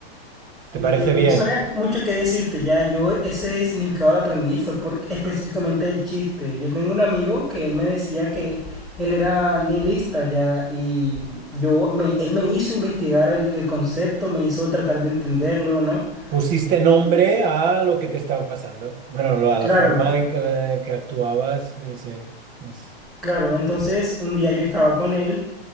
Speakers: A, on the right; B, in the centre.
A: ¿Te
B: mm,
A: parece bien?
B: no sabría mucho qué decirte ya. Yo ese significado lo aprendí fue por específicamente el chiste. Yo tengo un amigo que él me decía que él era nihilista ya y yo me, él me hizo investigar el, el concepto, me hizo tratar de entenderlo, ¿no?
A: Pusiste
B: Y
A: nombre a lo que te estaba pasando. Bueno, lo- a
B: claro,
A: la forma en que, que actuabas, sí, sí. es-
B: claro. Entonces un día yo estaba con él